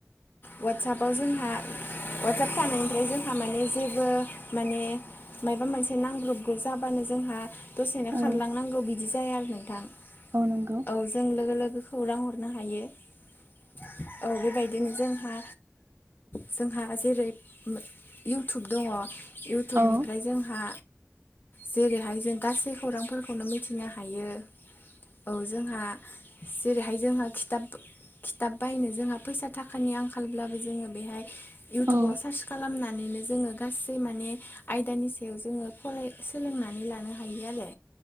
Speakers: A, on the left; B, on the right.
A: वाटसएपआव जोंहा वाटसएप थानायनिफ्राय जोंहा माने जेबो माने मायबा मोनसे नांब्रबगौ जाबानो जोंहा दसेनो
B: औ
A: खारलांनांगौ बिदि जाया आरो नोंथां
B: औ नंगौ
A: औ जों लोगो लोगो खौरां हरनो हायो औ बेबायदिनो जोंहा जोंहा जेरै इउटुब दङ इउटुबनिफ्राय
B: औ
A: जोंहा जेरैहाय जों गासै खौरांफोरखौनो मिथिनो हायो। औ जोंहा जेरैहाय जोंहा खिथाब खिथाब बायनो जोंहा फैसा थाखानि आंखालब्लाबो जोङो बेहाय इउटुबाव
B: औ
A: सार्च खालामनानैनो जोङो गासै माने आयदानि सायाव जोङो फराय सोलोंनानै लानो हायो आरो।